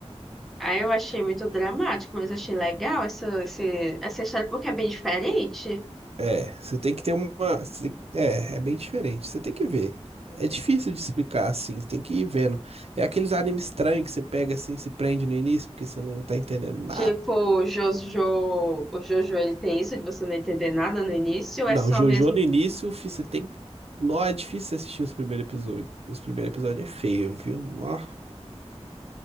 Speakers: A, in the centre; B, on the right (about 65°).
A: Aí eu achei muito dramático, mas achei legal essa, esse- essa história porque é bem diferente.
B: É, você tem que ter uma. você tem- É, é bem diferente. Você tem que ver. É difícil de explicar assim, você tem que ir vendo. É aqueles animes estranhos que você pega assim, se prende no início, porque você não tá entendendo nada.
A: Tipo, o Jojo, o Jojo ele tem isso de você não entender nada no início,
B: Não,
A: é só
B: JoJo
A: mesmo.
B: no início, fi, você tem. Não, é difícil você assistir os primeiros episódios. Os primeiros episódios é feio, viu? Nó,